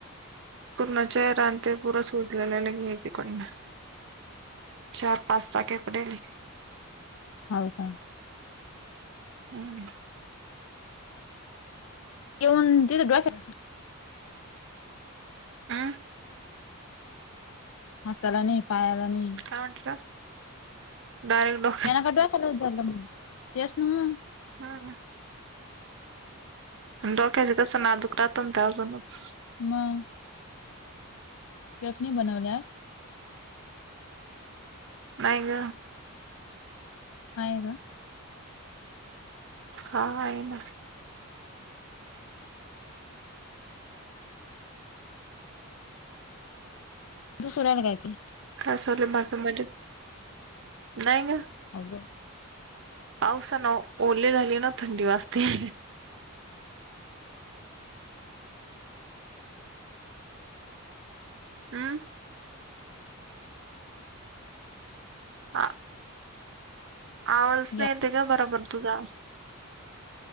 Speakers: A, on the right; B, on the left.
A: पूर्ण चेहरा आणि ते पुरं सोजलेलं एकीकडन चार, पाच टाके पडेले
B: हाव का
A: हम्
B: ये उंदीर गप
A: हम्म
B: हाताला नाही पायाला नाही
A: का म्हटल डायरेक्ट डॉ
B: त्यांना प डोक्यालाच झालं म्हण तेच ना मग
A: हा डोक्याचे कसं नाजूक राहतो ना ते अजूनच
B: मंग चटणी बनवली आज
A: नाही ग
B: आहे ग
A: हा आहे ना
B: दुखू राहील काय त्ये
A: का चाललय बाकी मजेत नाही ग
B: अग
A: पाऊसा ना ओले झाली ना थंडी वाजते हम् आ आवाज
B: या
A: नाई येते ग बराबर तुझा